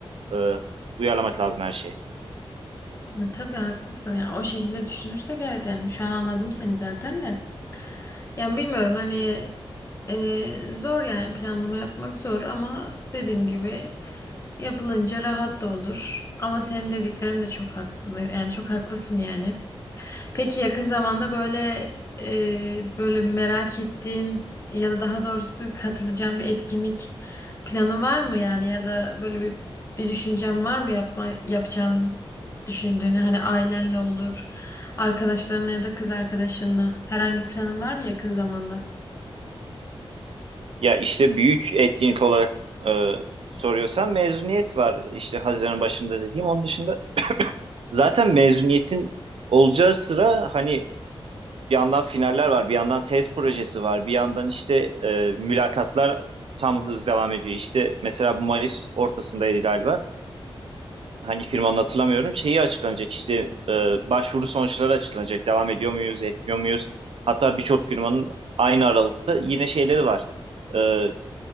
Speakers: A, on the right; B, on the left.
A: e, uyarlamak lazım her şeyi.
B: Ya Tabii haklısın ya. O şekilde düşünürsek evet yani şu an anladım seni zaten de. Yani bilmiyorum hani e, zor yani planlama yapmak zor ama dediğim gibi yapılınca rahat da olur. Ama senin dediklerin de çok haklı. Yani çok haklısın yani. Peki yakın zamanda böyle e, böyle merak ettiğin ya da daha doğrusu katılacağın bir etkinlik planı var mı yani ya da böyle bir bir düşüncen var mı yapma yapacağın düşündüğünü hani ailenle olur, arkadaşlarınla ya da kız arkadaşınla herhangi bir planın var mı yakın zamanda?
A: Ya işte büyük etkinlik olarak e, soruyorsan mezuniyet var işte Haziran başında dediğim. Onun dışında <coughs> <clears throat> zaten mezuniyetin olacağı sıra hani bir yandan finaller var, bir yandan tez projesi var, bir yandan işte e, mülakatlar tam hız devam ediyor. İşte mesela bu Mayıs ortasındaydı galiba. hani firmanın hatırlamıyorum. Şeyi açıklanacak işte e, başvuru sonuçları açıklanacak. Devam ediyor muyuz, etmiyor muyuz? Hatta birçok firmanın aynı aralıkta yine şeyleri var E,